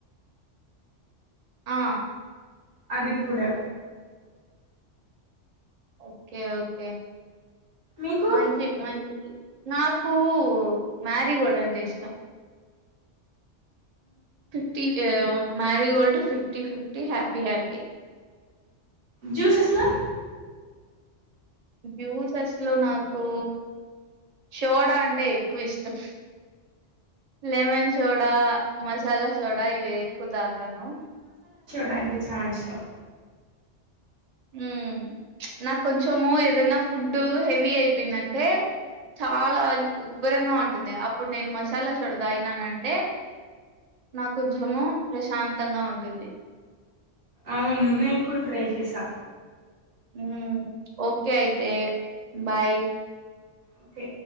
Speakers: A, on the right; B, on the right.
A: ఆ
B: అది కూడా
A: ఓకే ఓకే
B: మీకు
A: మంచి మంచి నాకు మ్యారీగోల్డ్ అంటే ఇష్టం fifty marigold fifty fifty happy happy
B: juice స్ లో
A: జ్యూస్ స్ ట్ లో నాకు షోడా అంటే ఎక్కువ ఇష్టం లెమన్ షోడా మస్ చాలా చూడా ఇవి ఎక్కువ దాతాను
B: డ అంటే చానా ఇష్టం
A: ఉమ్ నాకు కొంచము ఏదనా ఫుడ్ హెవీ అయిపోయిందంటే చాలా ఉబ్బరంగా ఉం ఉంటుంది అప్పుడు నేను మసాలా షోడా తాగిన నంటే నాకు కొంచెము ప్రశాంతంగా ఉంటుంది
B: అవును నేను కూడా ట్రై చేసా
A: మ్ ఓకే అయితే బాయ్
B: ఓకే